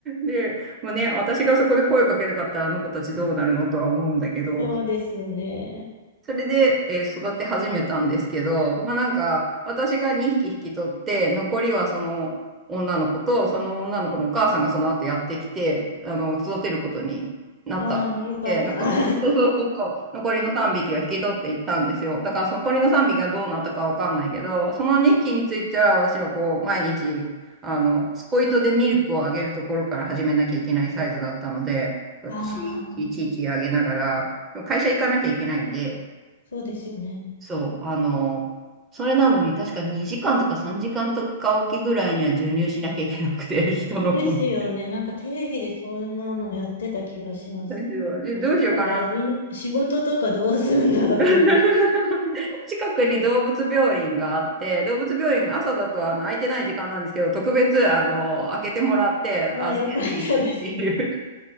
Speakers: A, on the right; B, on the left.
A: で、もうね、私がそこで声かけなかったらあの子たちどうなるのとは思うんだけど、
B: そうですよね。
A: それで、えー育て始めたんですけど、まあなんか、私が2匹引き取って、残りはその女の子と、その女の子のお母さんがその後やってきて、あの、育てることになったって言って、
B: ああ、よかった。
A: なんか、
B: <laughs> あ
A: そうそうそうそう、残りの3匹は引き取っていったんですよ。だからその残りの3匹がどうなったかわかんないけど、その2匹については私はこう、毎日、あの、スポイトでミルクをあげるところから始めなきゃいけないサイズだったので、
B: あ、
A: ちいちいちいちあげながら、
B: なるほど
A: 会社行かなきゃいけないんで、
B: そうですよね。
A: そう、あの、それなのに確か2時間とか3時間とかおきぐらいには授乳しなきゃいけなくて、<laughs> 人のコンビ
B: ですよね。なんかテレビでそんなのやってた気がします。
A: どうしよう、でどうしようかな。
B: だからみん、仕事とかどうするんだろうと思う。
A: <laughs> 近くに動物病院があって、動物病院、朝だとあの空いてない時間なんですけど、特別あの開けてもらって預けていくっていう
B: ああ、よかったですね。